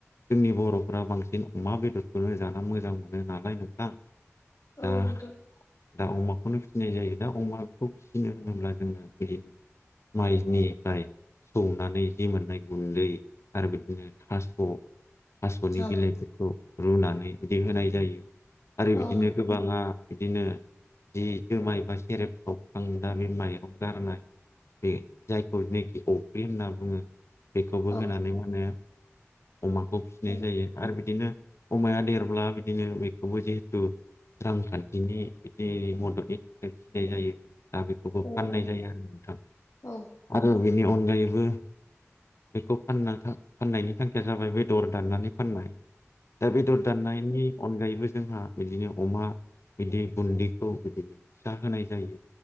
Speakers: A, on the left (about 65°); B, on the left (about 85°).
A: जोंनि बर'फ्रा बांसिन अमा बेदरखौनो जाना मोजां मोनो नालाय नोंथां। दा
B: औ नोंथ'
A: दा अमाखौनो फिसिनाय जायो दा अमाखौ फिसिनो होनोब्ला जोङो बिदिनो माइनिफ्राय सौनानै जि मोननाय गुन्दै आरो बिदिनो थास' थास'नि
B: औ
A: बिलाइफोरखौ रुनानै बिदि होनाय जायो आरो
B: औ
A: बिदिनो
B: नों
A: गोबाङा बिदिनो जि जुमाइबा सेरेब सावखांदा बे माइरं गारनाय बे जायखौ जिनाखि अफ्रि होनना बुङो। बेखौबो
B: औ
A: होनानै मा होनो अमाखौ फिसिनाय
B: औ
A: जायो आरो बिदिनो अमाया देरब्ला बिदिनो बेखौबो जिहेथु रांखान्थिनि बिदि मददनि थाखाय फिनाय जायो दा बेखौबो
B: औ
A: फाननाय
B: नोंथां
A: जायो आरो नोंथां।
B: औ
A: आरो बेनि अनगायैबो बेखौ फानना थां फाननायनि थांखिया जाबाय बेदर दाननानै फाननाय। दा बेदर दाननायनि अनगायैबो जोंहा बिदिनो अमा बिदि बुन्दिखौ बिदिनो फिसा होनाय जायो।